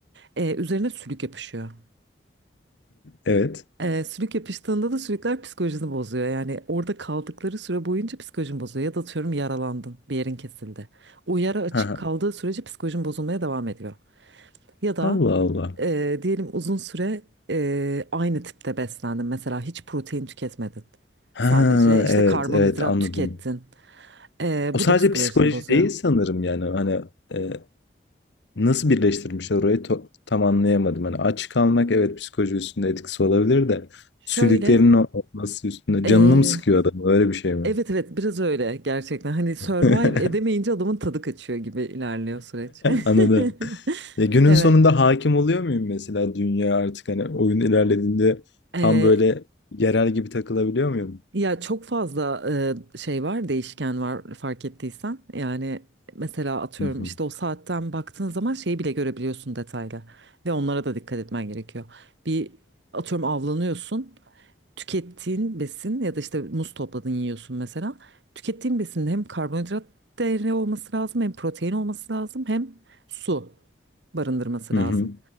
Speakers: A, on the right (about 75°); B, on the left (about 75°).
A: ee, üzerine sülük yapışıyor.
B: Evet.
A: Ee, sülük yapıştığında da sülükler psikolojini bozuyor. Yani orada kaldıkları süre boyunca psikolojin bozuyor. Ya da atıyorum yaralandın, bir yerin kesildi. O yara açık
B: Hı hı.
A: kaldığı sürece psikolojin bozulmaya devam ediyor. Ya da
B: Allah Allah.
A: e, diyelim uzun süre e, aynı tipte beslendin. Mesela hiç protein tüketmedin.
B: Ha,
A: Sadece işte
B: evet
A: karbonhidrat
B: evet anladım.
A: tükettin. E,
B: O sadece
A: bu da psikolojini
B: psikoloji
A: bozuyor.
B: değil sanırım yani hani e, nasıl birleştirmiş orayı to- tam anlayamadım. Hani aç kalmak evet psikoloji üstünde etkisi olabilir de
A: Şöyle,
B: sülüklerin o- olması üstünde
A: e,
B: canını mı sıkıyor adam öyle bir şey mi?
A: evet evet biraz öyle gerçekten. Hani survive
B: <laughs>
A: edemeyince adamın tadı kaçıyor gibi ilerliyor süreç. <laughs>
B: Anladım. Ya günün
A: Evet.
B: sonunda hakim oluyor muyum mesela dünya artık hani oyun ilerlediğinde
A: E,
B: tam böyle yerel gibi takılabiliyor muyum?
A: ya çok fazla e, şey var, değişken var fark ettiysen. Yani Mesela atıyorum
B: Hı hı.
A: işte o saatten baktığın zaman şeyi bile görebiliyorsun detaylı. Ve onlara da dikkat etmen gerekiyor. Bir atıyorum avlanıyorsun. Tükettiğin besin ya da işte muz topladın yiyorsun mesela. Tükettiğin besinde hem karbonhidrat değeri olması lazım hem protein olması lazım hem su barındırması
B: Hı
A: lazım.
B: hı.